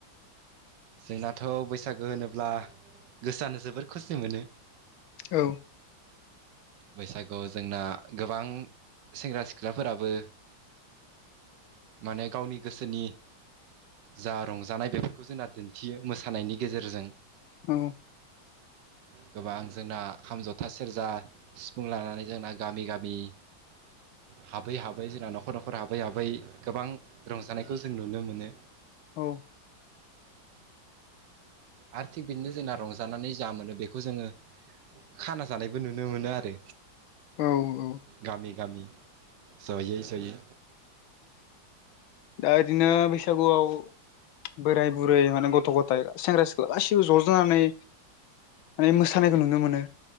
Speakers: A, on the right (about 70°); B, on the left (about 85°).
A: जोंनाथ' बैसागो होनोब्ला गोसोआानो जोबोर खुसि मोनो।
B: औ
A: बैसागुआव जोंना गोबां सेंग्रा सिख्लाफोराबो माने गावनि गोसोनि जा रंजानाय बेफोरखौ जोंना दिन्थियो मोसानायनि गेजेरजों।
B: ओं
A: गोबां जोंना खाम, जथा, सेरजा सिफुं लानानै जोंना गामि गामि हाबै हाबै जोंना न'खर न'खर हाबै हाबै गोबां रंजानायखौ जों नुनो मोनो।
B: औ
A: आरो थिग बिदिनो जोंना रंजानानै जा मोनो बेखौ जोङो खाना जानायबो नुनो मोनो आरो
B: औ औ
A: गामि गामि जयै जयै
B: दा बिदिनो बैसागुआव बोराय बुरै माने गथ' गथाय सेंग्रा सिख्ला गासैबो ज'जानानै माने मोसानायखौ नुनो मोनो